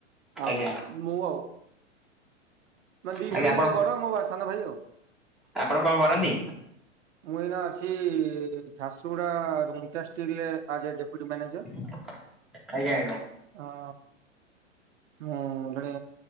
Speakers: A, on the right; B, in the centre.
A: ଆଉ
B: ଆଜ୍ଞା
A: ମୁଁ ଆଉ ମାନ ଦି
B: ଆଜ୍ଞା
A: ଭାଇ ବୋଲି
B: ଆପଣ
A: ମୁଁ ବଡ ମୋ ସାନ ଭାଇ ଆଉ।
B: ଆପଣ କଣ କରନ୍ତି?
A: ମୁଁ ଏଇନା ଅଛି ଝାରସୁଗୁଡ଼ା ରୁନଟାଷ୍ଟିଲ ରେ ଆଜ ଏ ଡେପୁଟି ମ୍ୟାନେଜର।
B: ଆଜ୍ଞା ଆଜ୍ଞା
A: ହଁ ମୁଁ ଜଣେ